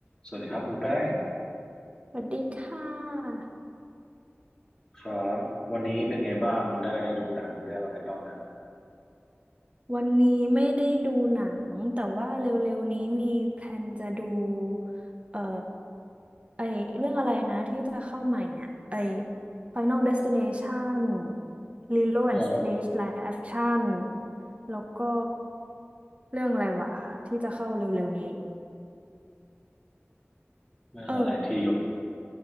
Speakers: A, on the left; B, on the right.
A: สวัสดีครับคุณแป้ง
B: สวัสดีค่ะ
A: ครับวันนี้เป็นไงบ้างได้ดูหนังเรื่องอะไรบ้างฮะ
B: วันนี้ไม่ได้ดูหนังแต่ว่าเร็วๆนี้มีแพลนจะดูเอ่อไอเรื่องอะไรนะที่จะเข้าใหม่อ่ะไอ Final Destination Lilo and
A: อ๋อ
B: Stitch Live Action แล้วก็เรื่องอะไรวะที่จะเข้าเร็วๆนี้
A: เรื่องอะไรที่หยด
B: เออ